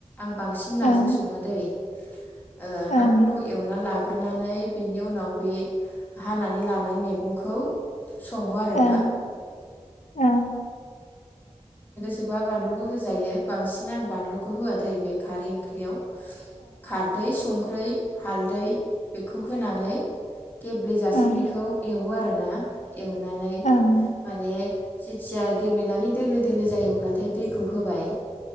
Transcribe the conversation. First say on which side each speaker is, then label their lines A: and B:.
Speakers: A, on the left; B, on the left.
A: आं बांसिन
B: ओं
A: नाजों सङो दै ओ
B: ओं
A: नाफोरखौ एवना लाग ग्रोनानै बिनि उनाव बे हानानै लानाय मैगंखौ सङो आरो
B: ओं ओं
A: सोबा बानलुबो होजायो बांसिन आं बानलुखौ होआ दै बे खारै ओंख्रि याव खारदै संख्रै हालदै बेखौ होनानै गेब्लेेजासिम
B: अ
A: बेखौ एवो आरो ना ना एवनानै
B: उम
A: माने जेथिया गेब्लेनानै दोलो दोलो जायो अब्लाथाय दैखौ होबाय